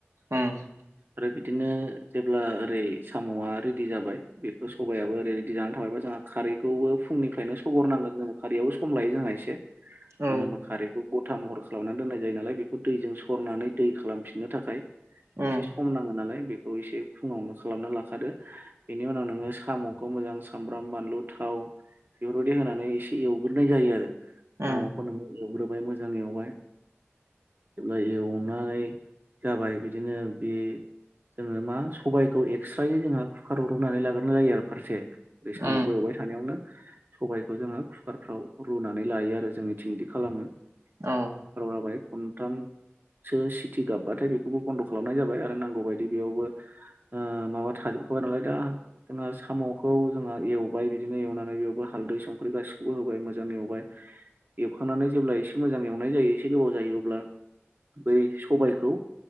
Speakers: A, on the right; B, on the right.
A: उम
B: आरो बिदिनो जेब्ला ओरै साम'आ रेडि जाबाय बेखौ सबायाइयाबो ओरै रेडि जानानै थाबायबा जोंहा खारैखौबो फुंनिफ्रायनो सगरनांगोन जोङो खारैयावबो सम लायो जोंहा एसे
A: औ
B: मानो होनबा खारैखौ गथा महर खालामना दोननाय जायो नालाय बेखौ दैजों सरनानै दै खालामफिननो थाखाय
A: उम
B: एसे सम नाङो नालाय बेखौ एसे फुङावनो खालामना लाखादो बेनि उनाव नोङो साम'खौ मोजां सामब्राम बानलु थाव
A: <inaudible>
B: बेफोरबायदि होनानै एसे एवग्रोनाय जायो आरो सामुखौ
A: उम
B: नोंओ एवग्रोबाय मोजां एवबाय
A: <inaudible>
B: जेब्ला एवनाय जाबाय बिदिनो बे जोङो मा सबाइखौ एक्सट्रायै जोंहा कुकाराव रुनानै लाग्रोनाय जायो आरो फारसे ओरै साम'खौ
A: उम
B: एवबाय थानायावनो। सबायाइखौ जोङो कुकारफ्राव रुनानै लायो आरो जोंनिथिं इदि खालामो।
A: औ
B: होबाय खनथाम सो सिटि गाबबाथाय बेखौबो बन्द' खालामनाय जाबाय आरो नांगौ बायदि बेयावबो माबा थाजोबखाबाय नालाय दा जोंहा साम'खौ जोंहा एवबाय बिदिनो एवनानै बेयावबो हालदै संख्रि गासिखौबो होबाय मोजां एवबाय एवखांनानै जेब्ला एसे मोजां एवनाय जायो। एसे गोबाव जायो अब्ला बै सबायखौ